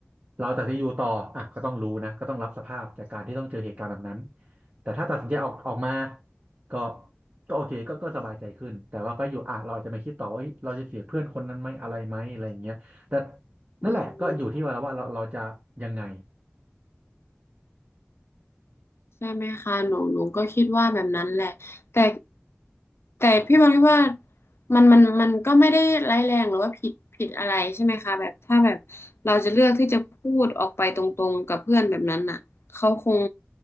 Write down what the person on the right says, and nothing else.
เราตัดสินใจอยู่ต่ออ่ะก็ต้องรู้นะก็ต้องรับสภาพจากการที่ต้องเจอเหตุการณ์แบบนั้นแต่ถ้าตัดสินใจออกออกมา ก็ก็โอเคก็ก็สบายใจขึ้นแต่ว่าก็อยู่อ่ะเราอาจจะไม่คิดต่อว่าเฮ้ยเราจะเสียเพื่อนคนนั้นไหมอะไรไหมอะไรอย่างเงี้ยแต่นั่นแหละก็อยู่ที่ว่าเราว่าเราเราจะยังไง